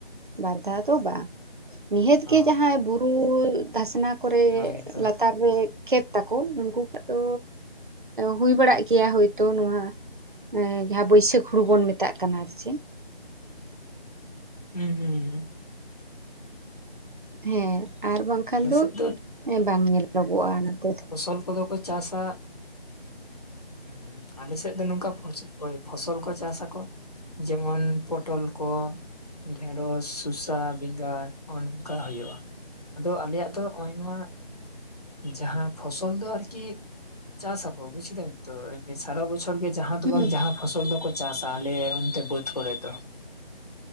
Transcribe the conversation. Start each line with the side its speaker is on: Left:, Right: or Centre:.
Right: ᱵᱟᱨ ᱫᱷᱟᱣ ᱫᱚ ᱵᱟᱝ ᱾ ᱱᱤᱦᱟᱹᱛ
Left: ᱚ
Right: ᱜᱮ ᱡᱟᱦᱟᱸᱭ ᱵᱩᱨᱩ ᱫᱷᱟᱥᱱᱟ ᱠᱚᱨᱮ
Left: ᱚᱱᱟ ᱜᱮᱛᱚ
Right: ᱞᱟᱛᱟᱨ ᱨᱮ ᱠᱷᱮᱛ ᱛᱟᱠᱚ ᱩᱱᱠᱩ ᱠᱚᱣᱟᱜ ᱫᱚ ᱦᱩᱭ ᱵᱟᱲᱟᱜ ᱜᱮᱭᱟ ᱦᱳᱭᱛᱳ ᱱᱚᱶᱟ ᱡᱟᱦᱟᱸ ᱵᱟᱹᱭᱥᱟᱹᱠᱷ ᱦᱩᱲᱩ ᱵᱚᱱ ᱢᱮᱛᱟᱜ ᱠᱟᱱᱟ ᱟᱨ ᱪᱮᱫ
Left: ᱦᱩᱸ ᱦᱩᱸ ᱦᱩᱸ
Right: ᱦᱮᱸ ᱟᱨ ᱵᱟᱝᱠᱷᱟᱱ
Left: ᱟᱞᱮ
Right: ᱫᱚ
Left: ᱥᱮᱫ
Right: ᱵᱟᱝ ᱧᱮᱞᱚᱜᱚᱜᱼᱟ ᱱᱚᱛᱮ ᱫᱚ
Left: ᱥᱚᱞ ᱠᱚᱫᱚ ᱠᱟᱹᱡᱼᱼ ᱪᱟᱥᱟ ᱦᱮᱸ ᱟᱞᱮ ᱥᱮᱫ ᱫᱚ ᱱᱚᱝᱠᱟ ᱯᱷᱚᱥᱚᱞ ᱠᱚ ᱪᱟᱥᱟ ᱠᱚ ᱡᱮᱢᱚᱱ ᱯᱚᱴᱚᱞ ᱠᱚ ᱰᱷᱮᱸᱲᱚᱥ ᱥᱚᱥᱟ ᱵᱮᱸᱜᱟᱲ ᱚᱱᱠᱟ ᱦᱩᱭᱩᱜᱼᱟ ᱟᱫᱚ ᱟᱞᱮᱭᱟᱜ ᱫᱚ ᱱᱚᱜᱼᱚᱭ ᱱᱚᱣᱟ ᱡᱟᱦᱟᱸ ᱯᱷᱚᱥᱚᱞ ᱫᱚ ᱟᱨᱠᱤ ᱪᱟᱥᱟᱠᱚ ᱵᱩᱡᱽ ᱠᱮᱫᱟᱢ ᱛᱚ ᱥᱟᱨᱟ ᱵᱚᱪᱷᱚᱨ ᱚᱨ ᱜᱮ ᱡᱟᱦᱟᱸ ᱫᱚ
Right: ᱦᱩᱸ
Left: ᱵᱟᱝ ᱡᱟᱦᱟᱸ ᱯᱷᱚᱥᱚᱞ ᱫᱚᱠᱚ ᱪᱟᱥᱟ ᱟᱞᱮ ᱚᱱᱛᱮ ᱵᱟᱹᱫᱽ ᱠᱚᱨᱮ ᱫᱚ